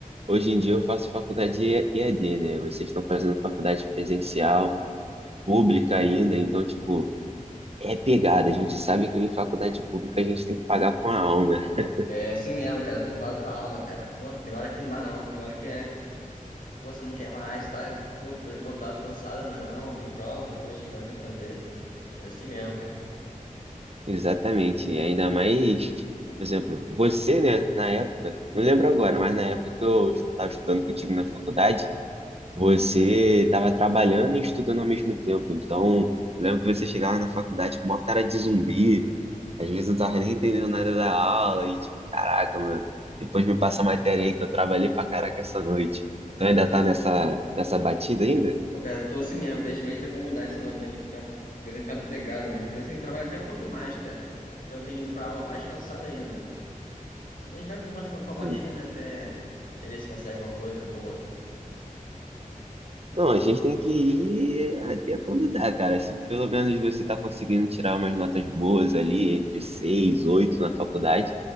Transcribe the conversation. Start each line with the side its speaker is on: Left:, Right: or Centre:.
Right: Hoje em dia eu faço faculdade E- EAD, né? Vocês estão fazendo faculdade presencial, pública ainda, então, tipo, é pegada. A gente sabe que em faculdade pública a gente tem que pagar com a alma. <laughs>
Left: É assim mesmo, cara. Pô, eu pago com a alma, cara. Pô, tem hora que não dá não. Tem hora que é. Pô, você não quer mais, tá? Pô, tô esgotado, cansado. Não, é não, tem prova, tem coisa chegando, tem que fazer. É assim mesmo, cara.
Right: Exatamente. E Ainda mais, por exemplo, você, né, na época, não lembro agora, mas na época que eu estava estudando contigo na faculdade, você estava trabalhando e estudando ao mesmo tempo. Então, eu lembro que você chegava na faculdade com uma cara de zumbi, Às vezes eu não tava nem entendendo nada da aula e tipo, caraca, mano, depois me passa a matéria aí que eu trabalhei pra caraca essa noite. Então ainda tá nessa, nessa batida ainda?
Left: Pô, cara, tô assim mesmo. Felizmente não tem como mudar isso não. Tem que ficar. Coisa tem ficado pegada mesmo. Às vezes tem que trabalhar até um pouquinho mais, cara. Então eu tenho ido pra aula mais cansado ainda. A gente vai empurrando com a, com a
Right: Pô,
Left: barriga, né? Até ver se consegue alguma coisa boa.
Right: Não, a gente tem que ir até quando dá, cara. Se pelo menos você tá conseguindo tirar umas notas boas ali, entre seis, oito na faculdade,